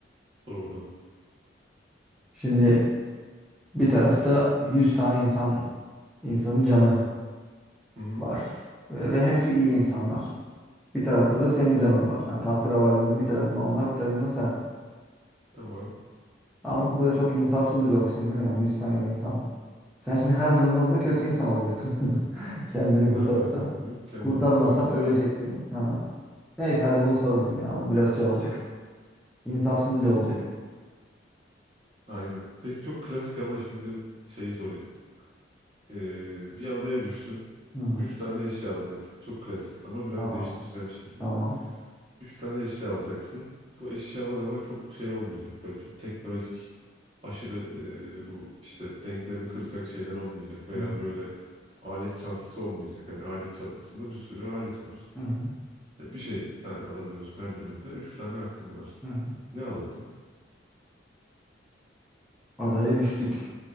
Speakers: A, on the right; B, in the centre.
A: Sor bakalım.
B: Şimdi bir tarafta 100 tane insan insanın canı
A: Hı hı,
B: var ve, ve hepsi iyi insanlar. Bir tarafta da senin canın var. Yani tahterevalinin bir tarafında onlar bir tarafında sen.
A: tamam.
B: Ama bu da çok insafsızca bir şimdi değil mi? Yani 100 tane insan. Sen şimdi her durumda burada kötü insan olacaksın. <laughs> Kendini
A: Ben
B: kurtarırsan.
A: ne yaparsam yapayım, kendimi
B: Kurtarmazsan
A: kurtarırsam
B: öleceksin.
A: evet.
B: Ha. Neyse hadi bunu sormayayım ya. Bu biraz şey olacak. İnsafsızca olacak.
A: Aynen. Peki çok klasik ama şimdi şeyi sorayım. Ee, bir adaya düşsün.
B: Hı hı.
A: Üç tane eşya alacaksın. Çok klasik ama biraz
B: Tamam.
A: değiştireceğim şimdi.
B: Tamam.
A: Üç tane eşya alacaksın. Bu eşyalar ama çok şey olmayacak. Böyle çok teknolojik, aşırı e, bu işte denklemi kıracak şeyler olmayacak. Veya
B: Hı hı.
A: böyle alet çantası olmayacak. Hani alet çantasında bir sürü alet var.
B: Hı hı.
A: Ve Bir şey yani alabiliyorsun her birinde. Üç tane hakkın var.
B: Hı hı.
A: Ne alırdın?
B: Adaya düştük.